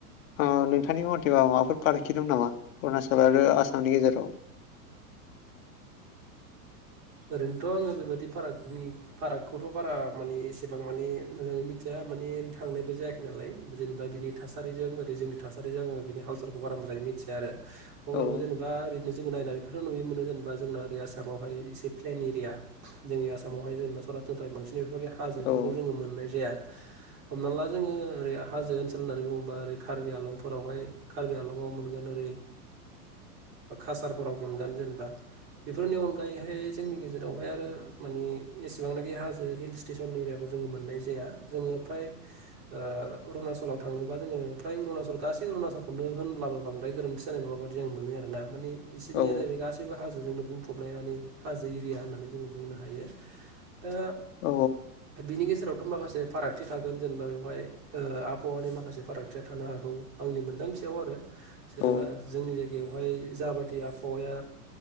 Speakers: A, on the left; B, on the right.
A: ओ नोंथांनि मथेबा माबाफोर फाराखि दं नामा अरुणाचल आरो आसामनि गेजेराव?
B: ओरैनोथ' आङो बेबायदि फारागनि फारागखौथ' बारा मानि एसेबां माने मोजाङै मिथिया माने थांनायबो जाया खै नालाय जेनेबा बिनि थासारिजों ओरै जोंनि थासारिजों आङो बिनि हालसालखौ बारा मोजाङै मिथिया आरो। अब्लाबो
A: औ
B: जेनेबा ओरैनो जोङो नायनानैफोरनो नुयो मोनो जेनेबा जोंना ओरै आसामावहाय एसे प्लेन एरिया जोंनि आसामावहाय जेनेबा सरासनस्रा बांसिनै बेफोरबायदि हाजोफोरखौ
A: औ
B: जोङो मोननाय जाया। हमना ला जोङो ओरै हाजो ओनसोल होननानै बुङोबा ओरै कार्बि आलंफोरावहाय कार्बि आलंआव मोनगोन ओरै ओ कासारफोराव मोनगोन जेनेबा बेफोरनि अनगायैहाय जोंनि गेजेरावहाय आरो मानि एसेबांनाखि हाजो हिल स्टेसन एरियाखौ जोङो मोननाय जाया जोङो फ्राय
A: <unintelligible>
B: ओ अरुणाचलाव थाङोबा जोङो फ्राय अरुणाचल गासै अरुणाचलखौनो होनब्लाबो बांद्राय गोरोन्थि जानाय नङाबादि जों मोनो आरोना माने बिसोरनिया
A: औ
B: जाहैबाय गासैबो हाजोजोंनो बुंफबनाय माने हाजो एरिया होननानै जोङो बुंनो हायो। दा
A: औ
B: बिनि गेजेरावथ' माखासे फारागथि थागोन जेनेबा बेवहाय ओ आबहावानि माखासे फारागथिया थानो हागौ आंनि मोनदांथियाव आरो। जेनेबा
A: औ
B: जोंनि जायगायावहाय जाबादि आबहावाया